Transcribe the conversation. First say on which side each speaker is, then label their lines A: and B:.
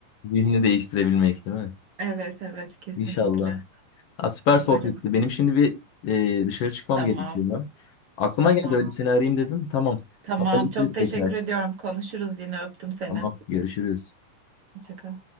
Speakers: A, on the left; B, on the right.
A: Zihnini değiştirebilmek değil mi?
B: Evet evet kesinlikle.
A: İnşallah. Ha, süper
B: Umarım.
A: sohbetti. Benim şimdi bir e, dışarı çıkmam
B: Tamam
A: gerekiyor. Aklıma
B: tamam
A: geldi öyle seni arayayım dedim. Tamam.
B: tamam.
A: Haberleşiriz
B: Çok teşekkür
A: tekrar.
B: ediyorum. Konuşuruz yine öptüm seni.
A: Tamam. Görüşürüz.
B: Hoşça kal.